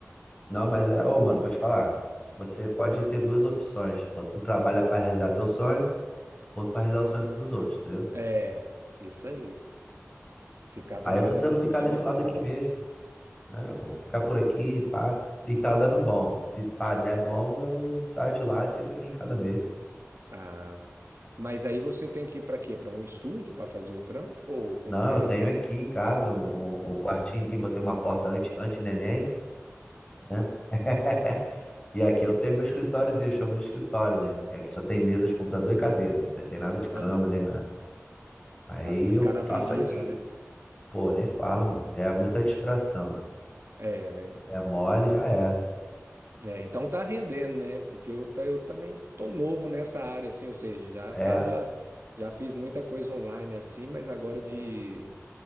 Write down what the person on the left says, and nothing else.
Não,
mas é, ô, mano, vou te falar. Você pode ter duas opções. Ou tu trabalha pra realizar teu sonho, ou pra realizar o sonho dos outros, entendeu?
Aí
eu tô tentando
ficar
nesse
lado
aqui mesmo, né? Pô, ficar por aqui, pá, e tá dando bom. Se pá, der bom, eu saio de lá e fico aqui em casa mesmo.
Não,
eu tenho aqui em casa um, um um quartinho aqui, botei uma porta anti, anti-neném, né? <laughs> E aqui eu tenho meu escritóriozinho, eu chamo de escritório, né? Que Aqui só tem mesa de computador e cadeira, não tem nada de cama
nem nada. Aí
eu
faço aqui.
Pô, nem fala, mano. Já é muita distração.
É mole, já era.
É.